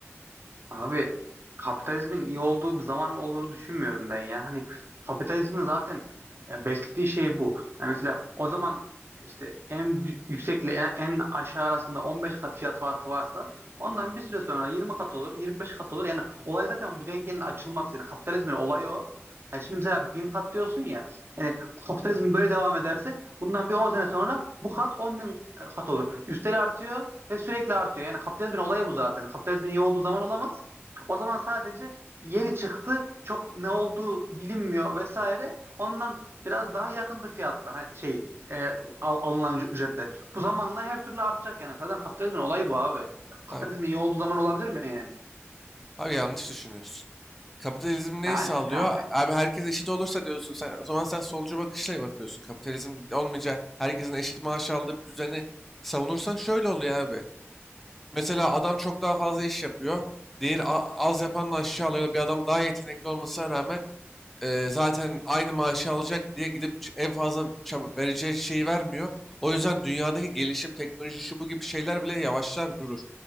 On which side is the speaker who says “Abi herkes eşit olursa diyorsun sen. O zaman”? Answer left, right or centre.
Centre